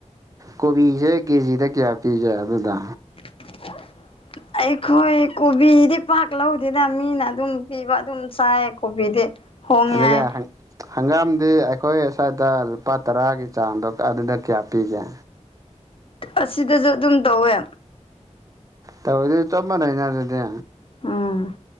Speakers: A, on the right; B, on the left.
A: ꯀꯣꯕꯤꯁꯦ ꯀꯦꯖꯤꯗ ꯀꯌꯥ ꯄꯤꯒꯦ ꯑꯗꯨꯗ
B: <inaudible> ꯑꯩꯈꯣꯏ ꯀꯣꯕꯤꯗꯤ ꯄꯥꯛ ꯂꯧꯗꯦꯗ ꯃꯤꯅ ꯑꯗꯨꯝ ꯄꯤꯕ ꯑꯗꯨꯝ ꯆꯥꯏꯌꯦ ꯀꯣꯕꯤꯗꯤ ꯍꯣꯡꯉꯦ
A: ꯑꯗꯨꯒ
B: ꯍꯥꯏ
A: ꯍꯪ ꯍꯪꯒꯥꯝꯗꯤ ꯑꯩꯈꯣꯏ ꯁ꯭ꯋꯥꯏꯗ ꯂꯨꯄꯥ ꯇꯔꯥꯒꯤ ꯆꯥꯡꯗꯣ ꯑꯗꯨꯗ ꯀꯌꯥ ꯄꯤꯒꯦ
B: ꯑꯁꯤꯗꯁꯨ ꯑꯗꯨꯝ ꯇꯧꯋꯦ
A: ꯇꯧꯔꯗꯤ ꯆꯞ ꯆꯥꯟꯅꯩꯅ ꯑꯗꯨꯗꯤ
B: ꯎꯝ